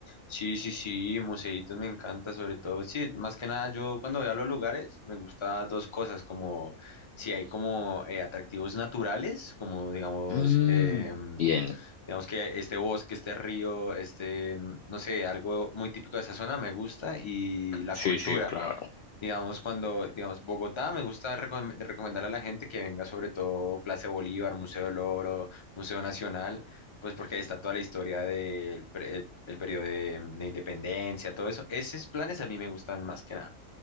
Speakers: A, on the left; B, on the left.
A: Sí, sí, sí, museitos me encanta, sobre todo, sí, más que nada yo cuando voy a los lugares me gusta dos cosas, como si hay como eh, atractivos naturales, como digamos,
B: Mm,
A: eh, mm,
B: bien.
A: digamos que este bosque, este río, este, mm, no sé, algo muy típico de esa zona me gusta y la
B: Sí,
A: cultura.
B: sí, claro.
A: Digamos, cuando, digamos, Bogotá, me gusta recomendar recomendarle a la gente que venga sobre todo Plaza de Bolívar, Museo del Oro, Museo Nacional, pues porque ahí está toda la historia del pre- el, el periodo de, de independencia, todo eso. Esos planes a mí me gustan más que nada.